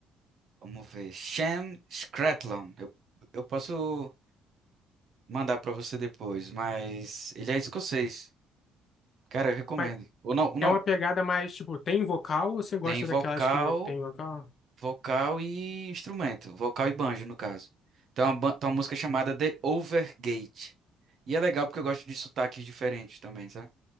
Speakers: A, on the right (about 40°); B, on the left (about 35°).
A: Vamos ver. Shan Scratlon. Eu, eu posso mandar pra você depois, mas ele é escocês. Cara, eu recomendo.
B: Mas
A: Ou não, ou não,
B: é uma pegada mais, tipo, tem vocal ou você gosta
A: Tem vocal,
B: daquelas que tem vocal?
A: vocal e instrumento, vocal e banjo, no caso. Tem uma, ban- tem uma música chamada The Overgate. E é legal porque eu gosto de sotaques diferentes também, sabe?